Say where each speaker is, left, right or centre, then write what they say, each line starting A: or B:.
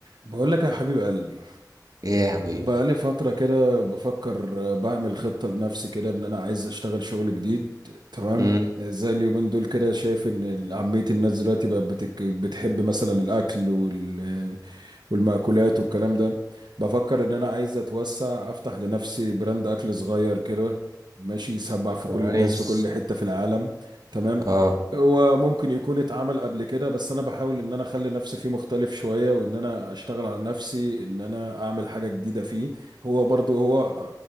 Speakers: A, on the right; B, on the right.
A: بقول لك يا حبيب قلبي
B: ايه يا حبيبي
A: بقى لي فترة كده بفكر آه، بعمل خطة لنفسي كده ان انا عايز اشتغل شغل جديد تمام
B: امم
A: زي اليومين دول كده شايف ان ال- عامية الناس دلوقتي بقت بتك... بتحب مثلا الاكل وال... والمأكولات والكلام ده بفكر ان انا عايز اتوسع افتح لنفسي براند اكل صغير كده ماشي يسمع في
B: كويس
A: كل الناس في كل حتة في العالم تمام
B: اه
A: وممكن يكون اتعمل قبل كده بس انا بحاول ان انا اخلي نفسي فيه مختلف شوية وان انا اشتغل على نفسي ان انا اعمل حاجة جديدة فيه هو برضو هو